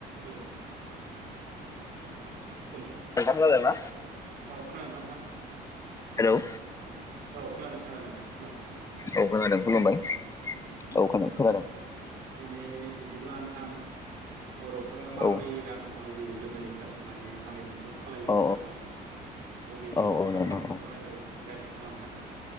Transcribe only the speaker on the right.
हेल' नोंथां। हेल' औ
खोनादों ना नोंथां?
औ खोनादों खोनादों नोंथां खोनादों।
दिनै बिदिब्ला नोंथां बर'फोरा माबोरै
रां खमायबोयो गोदोनिफ्राय माने मारै दं न'खर सालायो
रां खामायो अबे
सर्सआ
मा बेखौ
रायलायनि। रायलायसै। औ आं नोंथां।